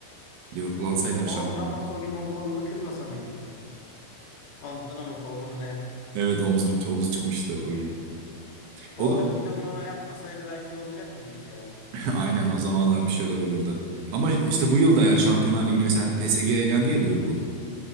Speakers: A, on the right; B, on the left.
A: Liverpool alsaydı her
B: O
A: şampiyonluğu.
B: Ramos o gün o kolunu kırmasa mıydı? Omzuna mı kolunu mu ne?
A: Evet omzunu, omzu çıkmıştı o gün.
B: O
A: O
B: hareketi
A: da
B: o gün ona yapmasaydı belki olacak mıydı bir şeyler?
A: <laughs> aynen o zamanlar bir şeyler olurdu. Ama işte bu yıl da eğer Şampiyonlar Ligi'ni mesela PSG elendi ya Liverpool.